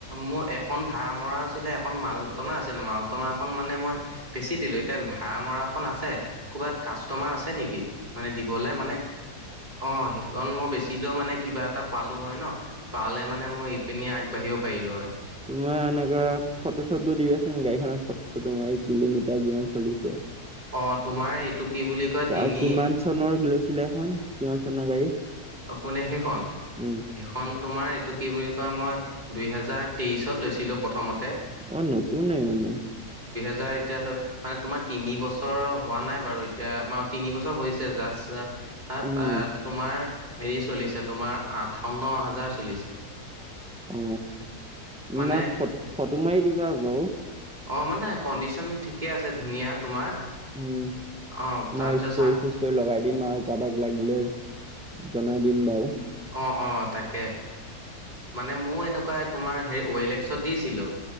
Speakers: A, on the right (about 30°); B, in the centre.
A: মোৰ এখন ভাড়া মৰা আছিলে এখন মালটনা আছিলে মালটনা এখন মানে মই বেচি দিলো এতিয়া ভাড়া মৰাখন আছে ক'বাত কাষ্টমাৰ আছে নেকি? মানে দিবলে মানে অ সেখ কাৰণ মই বেচিলেও মানে কিবা এটা পালো হয় ন পালে মানে মই এইপিনি আগবাঢ়িব পাৰিলো হয়।
B: তোমাৰ এনেকুৱা ফটো চটোটো দিবাচোন গাড়ীখনৰ ফটো চটো মাৰি কিলোমিটাৰ কিমান চলিছে।
A: অ তোমাৰ এইটো কি বুলি কয়
B: তেওঁ
A: তিনি
B: কিমান চনৰ লৈছিলে এখন কিমান চনৰ গাড়ী
A: অকো নে সেইখন
B: উম।
A: সেইখন তোমাৰ এইটো কি বুলি কয় মই দুই হেজাৰ তেইশত লৈছিলো প্ৰথমতে
B: অ নতুন ন মে
A: যাৰ এতিয়া মানে তোমাৰ তিনি বছৰ হোৱা নাই বাৰু এতিয়া তিন বছৰ হৈছে জাষ্ট হা
B: উম
A: তাত তোমাৰ হেৰি চলিছে তোমাৰ আঠাৱন্ন হাজাৰ চলিছে
B: অ
A: মানে
B: নাই ফ ফটো মাৰি দিবা বাৰু
A: অঁ মানে কণ্ডিশ্যন ঠিকেই আছে ধুনীয়া তোমাৰ
B: উম
A: অ তাৰপিছত
B: মই ষ্টৰি
A: চা
B: চিষ্টৰি লগাই দিম আৰু কাৰোবাক লাগিলে জনাই দিম বাও
A: অ অ তাকে মানে ময়ো এনেকুৱা তোমাৰ হেৰি ৱলে লেক্সত দিছিলো